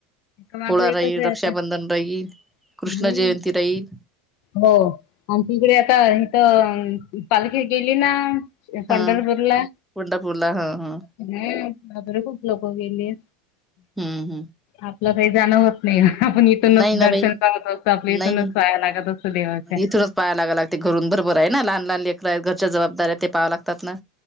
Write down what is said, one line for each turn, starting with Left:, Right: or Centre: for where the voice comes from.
Left: माग
Centre: पोळा
Left: एकच
Centre: राहील
Left: आहे
Centre: रक्षाबंधन
Left: आता
Centre: राहील
Left: हम्म
Centre: कृष्ण जयंती राहील.
Left: हो आणि तिकडे आता हिथ पालखी गेली ना त्या पंढरपूरला
Centre: हा पंढरपूरला हा हा
Left: हम्म. म बर खूप लोक गेले
Centre: हम्म
Left: आपलं काही जाणं होत नाही. आपण
Centre: हम्म
Left: इथूनच
Centre: नाही ना
Left: दर्शन
Centre: बाई
Left: करत असतो आपल्या इथूनच
Centre: नाही
Left: पाया लागत असतो. देवाच्या.
Centre: इथूनच पाहा लागवं लागते घरून बरोबर आहे ना लहान लहान लेकर आहेत घरच्या जबाबदाऱ्या ते पाहाव्या लागतात ना.